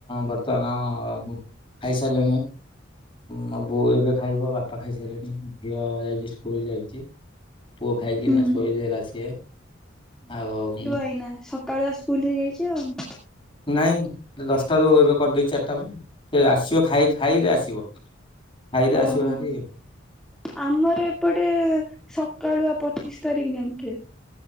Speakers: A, on the left; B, in the centre.
A: ବର୍ତ୍ତମାନ ଖାଇସାରିଲିଣି। ମୋ ବୋଉ ଏବେ ଖାଇବ ବାପା ଖାଇସାରିଲେଣି ଝିଅ ଯାଇଛି ସ୍କୁଲ ଯାଇଚି। ପୁଅ ଖାଇକିନା
B: ହୁଁ
A: ଶୋଇଦେଲା ସିଏ ଆଉ
B: କିନା ଶ। ସକାଳୁଆ ସ୍କୁଲ ହେଇଯାଇଛି ଆଉ
A: ନାଇଁ ଦଶଟାରୁ ଏବେ କରିଦେଇଛି ଚାରିଟା ବା ସେ ଆସିବ ଖାଇ-ଖାଇରେ ଆସିବ। ଖାଇରେ
B: ଓହୋ।
A: ଆସିବ ଭାରି
B: ଆମର ଏପଟେ ସକାଳୁଆ ପଚିଶି ତାରିଖ ଯାଙ୍କେ।